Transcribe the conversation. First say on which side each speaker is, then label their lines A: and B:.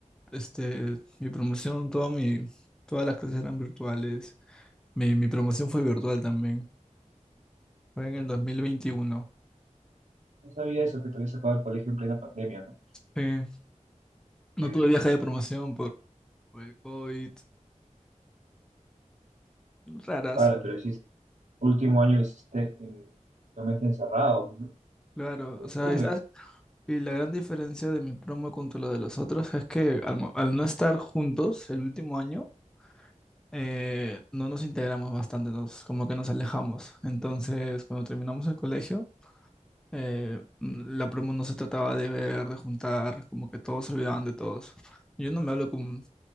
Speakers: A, in the centre; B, on the right.
A: Este, mi promoción, toda mi, todas las clases eran virtuales. Mi, mi promoción fue virtual también. Fue en el 2021.
B: No sabía eso, que te habías sacado del colegio en plena pandemia, ¿no?
A: Eh, no
B: Eh,
A: tuve viaje de promoción por, por el COVID. Raras,
B: claro, pero hiciste, último año lo hiciste eh, realmente encerrado, ¿no?
A: Claro,
B: Eh,
A: o sea,
B: Tú,
A: es-
B: mi-
A: y la gran diferencia de mi promo contra lo de los otros es que al, mo- al no estar juntos el último año, eh, no nos integramos bastante, nos, como que nos alejamos. Entonces, cuando terminamos el colegio, eh, mm, la promo no se trataba de ver, de juntar, como que todos se olvidaban de todos. Yo no me hablo con